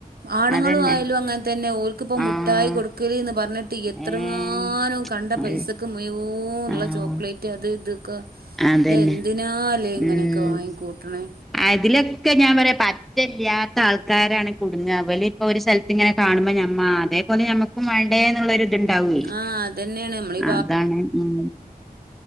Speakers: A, on the right; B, in the centre.
A: ആണുങ്ങളും
B: അതന്നെ
A: ആയാലും അങ്ങനെ തന്നെ ഓക്കിപ്പ
B: ആഹ്
A: മുട്ടായി കൊടുക്കലന്ന് പറഞ്ഞിട്ട്
B: ഏഹ്
A: എത്രങ്ങാനും കണ്ട പൈസക്ക് മുയുവും ഇള്ള
B: ആഹ്
A: ചോക്ലേറ്റ് അത് ഇത് ഒക്കെ
B: അതന്നെ
A: ലെ എന്തിനാ ല്ലേ ഇങ്ങനെയൊക്കെ
B: ഉം
A: വാങ്ങി കൂട്ടണേ?
B: അതിലൊക്കെ ഞാൻ പറയാൻ പറ്റെ ഇല്ലാത്ത ആൾക്കാ കാരാണ്കുട്ങ്ങ ഇവല്ഇപ്പൊഒരുസ്ഥലത്ത് ഇങ്ങനെ കാണുമ്പോ അതേപോലെ ഞമക്കും വേണ്ടേ എന്നുള്ള ത് ണ്ടാവേ
A: ആഹ് അതന്നെയാണ് നമ്മളീ
B: അതാണ് ഉം